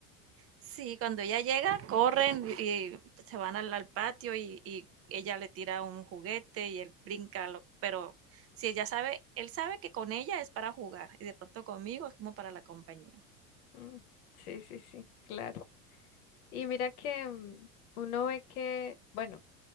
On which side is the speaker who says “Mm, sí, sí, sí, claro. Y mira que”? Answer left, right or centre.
Left